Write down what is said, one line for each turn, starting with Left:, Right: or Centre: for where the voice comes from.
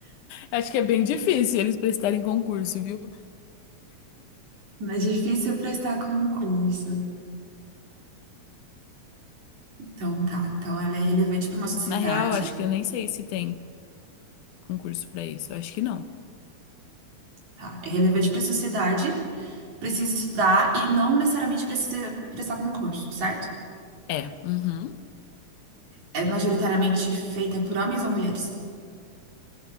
Left: Acho que é bem difícil eles prestarem concurso, viu?
Right: Não é difícil prestar concurso. Então, tá. Então, ela é relevante para uma sociedade,
Left: Na real, acho que eu nem sei se tem concurso para isso. Acho que não.
Right: tá? É relevante para a sociedade, precisa estudar e não necessariamente precisa prestar concurso, certo?
Left: É, uhum.
Right: É majoritariamente feita por homens ou mulheres,